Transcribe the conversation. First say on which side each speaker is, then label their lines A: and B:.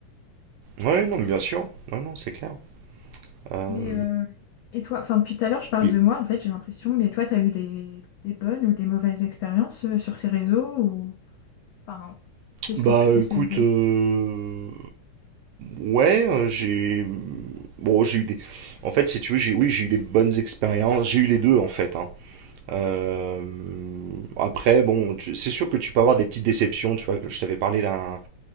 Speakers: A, on the right (about 80°); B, on the left (about 75°).
A: Ouais, non, mais bien sûr. Non, non, c'est clair. Euh,
B: Mais euh, et toi, enfin depuis tout à l'heure, je parle
A: mais-
B: de moi, en fait, j'ai l'impression, mais toi, tu as eu des, des bonnes ou des mauvaises expériences euh, sur ces réseaux ou enfin, qu'est-ce
A: bah,
B: que tu conseillerais?
A: écoute, euh, ouais, euh, j'ai, bon, j'ai eu des, en fait, si tu veux, j'ai, oui, j'ai eu des bonnes expériences. J'ai eu les deux, en fait. hein. Euh, Après, bon, tu- c'est sûr que tu peux avoir des petites déceptions. Tu vois, que je t'avais parlé d'un